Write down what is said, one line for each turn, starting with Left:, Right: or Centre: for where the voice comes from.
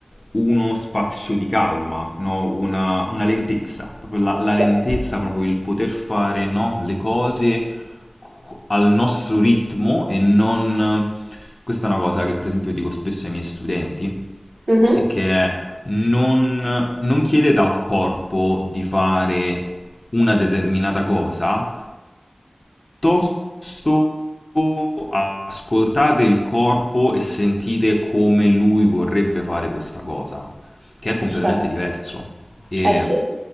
Left: uno spazio di calma, no? una, una lentezza, proprio la, la
Right: Ce
Left: lentezza, proprio il poter fare no? le cose al nostro ritmo e non... Questa è una cosa che per esempio dico spesso ai miei studenti
Right: Mh-mh,
Left: e che è non, non chiedete al corpo di fare una determinata cosa, piuttosto piuttosto ascoltate il corpo e sentite come lui vorrebbe fare questa cosa, che è completamente
Right: certo.
Left: diverso. E-
Right: Eh sì,